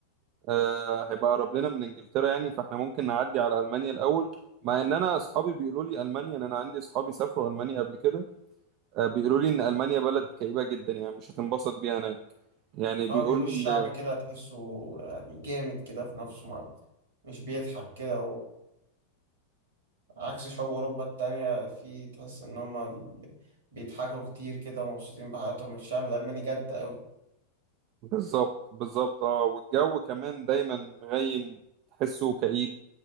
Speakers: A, on the right (about 40°); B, on the right (about 65°).
A: آه، هيبقى اقرب لنا من انجلترا يعني فاحنا ممكن نعدي على المانيا الاول مع ان انا اصحابي بيقولوا لي المانيا ان انا عندي اصحابي سافروا المانيا قبل كده آه، بيقولوا لي ان المانيا بلد كئيبه جدا يعني مش هتنبسط بيها هناك يعني بيقولوا
B: اه بيقولوا الشعب
A: ان
B: كده تحسه يعني جامد كده في نفسه ما مش بيضحك كده عكس شعوب أوروبا التانية في تحس إن هما بي... بيضحكوا كتير كده ومبسوطين بحياتهم الشعب الألماني جد أوي
A: بالظبط بالظبط اه والجو كمان دايما مغيم تحسه كئيب